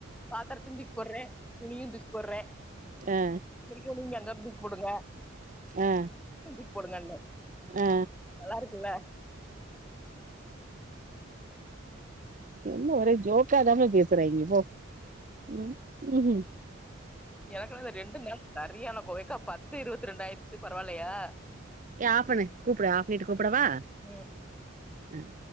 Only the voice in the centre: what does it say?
பாத்திரத தூக்கி போடுறேன் துணியும் தூக்கி போடுறேன்
ங்க எங்க கொடுங்க
<inaudible> போடுங்க
நல்லா இருக்குல்ல
எனக்கு ரெண்டு நேரம் சரியான கா பத்து இருபத்தி ரெண்டு ஆயிடுச்சு பரவாயிலயா
ம்